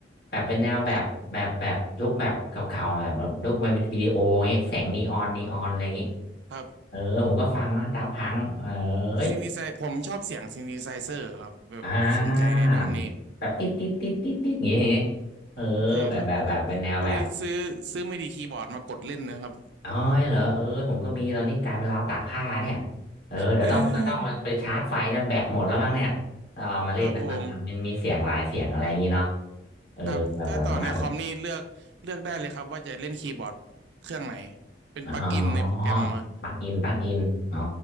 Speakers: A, on the left (about 60°); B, on the right (about 70°).
A: แบบเป็นแนวแบบแบบแบบยุคแบบเก่าๆแบบแบบยุคแบบวิดีโอเงี้ยแสงนีออนนีออนอะไรอย่างงี้
B: ครับครับ
A: เออผมก็ฟังนะดับพังเออเอ้ย
B: ซินธิไซผมชอบเสียงซินธิไซเซอร์ครับแบบสนใจในด้านนี้
A: อ่าแบบติดติดติดติดติดอย่างงี้อย่างงี้เออแบบแบบแบบเป็นแนวแบบ
B: ใช่ครับผมก็เลยซื้อซื้อไม่ดีคีย์บอร์ดมากดเล่นนะครับ
A: อ๋อยเหรอเออผมก็มีตอนนี้กลายเป็นราวตากผ้าเนี่ยเออเดี๋ยวต้องเดี๋ยวต้องไปชาร์จไฟนะแบตหมดแล้วมั้งเนี่ยเราเอามาเล่นนะมันมันมันมีเสียงหลายเสียงอะไรอย่างงี้เนาะ
B: <laughs> ครับผม
A: เออแบบแบบประมาณแบบ
B: ครับถ้าต่อในคอมนี่เลือกเลือกได้เลยครับว่าจะเล่นคีย์บอร์ดเครื่องไหนเป็นปลั๊กอินในโปรแกรมมา
A: อ๋อปลั๊กอินปลั๊กอินอ๋อ